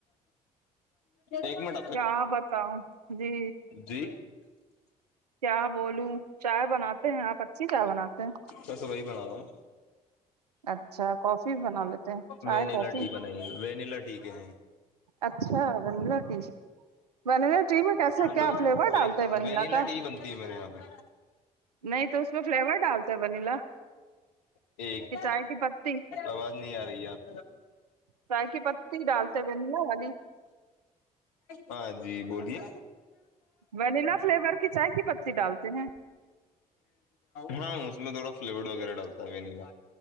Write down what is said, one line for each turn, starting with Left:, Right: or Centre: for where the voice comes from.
Left: ایک مڈم
Right: کیا بتاؤ جی
Left: جی
Right: کیا بولوں چائے بناتے ہیں آپ اچھی چائے بناتے ہیں
Left: بس وہی بنا رہا ہوں
Right: اچھا کافی بھی بنا لیتے ہیں چائے
Left: ونیلا
Right: کافی
Left: ٹی بنائیے ونیلاٹی ٹھیک ہے ج
Right: اچھا ونیلا ٹی ونیلا ٹی میں کیسے
Left: مطلب
Right: کیا فلیور ڈالتے ہیں ونیلا
Left: وینلا
Right: کا
Left: ٹی بنتی ہے میرے یہاں پہ
Right: نہیں تو اس میں فلیور ڈالتے ہیں ونیلا
Left: ایک
Right: کہ چائے کی پتی
Left: آواز نہیں آ رہی آپ
Right: چائے کی پتی ڈالتے بن نا والی
Left: ہاں جی بولیے
Right: ونیلا فلیور کی چائے کی پتی ڈالتے ہیں
Left: ہاں اس میں تھوڑا فلیور وغیرہ ڈالتا ہے ونیلا